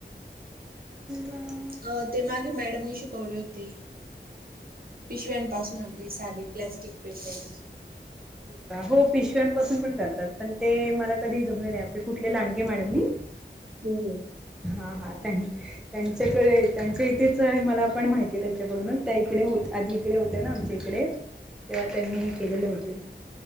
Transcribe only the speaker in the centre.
ह
हो का हो पिशव्यांपासून पण करतात पण ते मला कधी जमले नाही आपले कुठले लांडगे मॅडमनी
हा हा त त्यांच्याकडे त्यांच्या इथेच आहे मला पण माहिती त्यांच्याकडून त्या इकडे होते आधी इकडे होते ना आमच्या इकडे तेव्हा त्यांनी हे केलेले होते